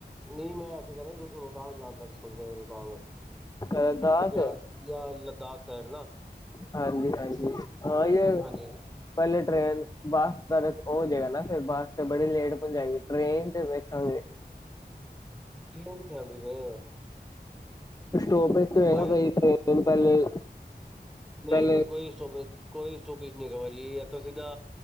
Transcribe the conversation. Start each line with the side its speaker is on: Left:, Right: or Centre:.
Centre: ਨਹੀਂ ਮੈਂ ਇੱਥੇ ਕਹਿ ਰਿਹਾ ਰੋਤਾਂਗ ਜਾਂਦਾ ਸੋਚ ਰੋਤਗ
Left: ਲਦਾਖ
Centre: ਯਾ ਯਾ ਲੋਦਾਕ ਸਾਈਡ ਨਾ
Left: ਹਾਂਜੀ-ਹਾਂਜੀ <unintelligible>
Centre: ਹਾਂਜੀ
Left: ਪਹਿਲੇ ਟ੍ਰੇਨ ਬਸ ਦਾ ਉਹ ਹੋ ਜਏਗਾ ਫਿਰ ਬੱਸ ਤੇ ਬੜੀ ਲੇਟ ਪਹੁੰਚਏਗੀ ਟ੍ਰੇਨ ਚ ਵੇਖਾਂਗੇ
Centre: ਟ੍ਰੇਨ ਕਿਥੇ ਆਦੀ ਜੇ
Left: ਸਟੋਪ ਚ ਹੋਏਗਾ
Centre: ਬਾਏ
Left: ਕਈ ਦਿਨ ਪਹਿਲੇ
Centre: ਨਹੀਂ
Left: ਪਹਿਲੇ
Centre: ਨਹੀਂ ਕੋਈ ਸਟੋ ਕੋਈ ਸਟੋਪ ਨਹੀਂ ਜੀ ਇਥੋਂ ਸਿੱਧਾ